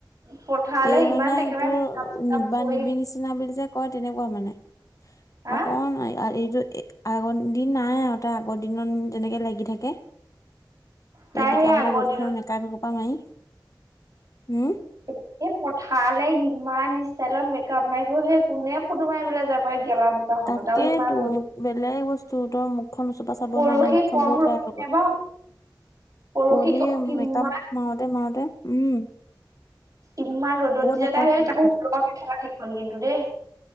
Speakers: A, on the right; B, on the left.
A: পঠালে
B: এই
A: ইমান
B: মানে
A: একেবাৰে
B: তোৰ
A: মেকআপ চেকআপ
B: নিবা
A: কৰি
B: নিবি নিচ চিনা বুলি যে কয় তেনেকুৱা মানে
A: হা
B: অকণমান এইটো এই আগৰ দিন নাই আৰু তাই আগৰ দিনত তেনেকে লাগি থাকে।
A: তাই
B: এই টিকাফটা
A: সেই আগৰ
B: ৰ'দ
A: দিনত
B: খনত মেকআপ এহুপা মাৰি উম।
A: এ, এ পথালে ইমান ষ্টাইলত মেকআপ মাৰি গৈ সেই কোনে ফটো মাৰিবলে যাব গেলা বোকাখনত
B: তাকেইতো
A: আৰু ইমান ৰ'দ
B: বেলেগ বস্তু, তই মুখখন ওচোপা চাব
A: পৰহি
B: নোৱাৰ তাই মুখখন
A: কম
B: বহুত
A: ৰ'দ
B: বেয়া হৈ গল।
A: নাইবা পৰহি
B: কৰি
A: কিমান
B: মেকআপ মাৰোতে মাৰোতে উম।
A: ইমান ৰ'দত
B: বহুত
A: দি যে
B: মেকআপ
A: তাই সেই
B: কৰিব
A: তাকো
B: পাৰে
A: ৰ'দ সেইখন কিন্তু দেই।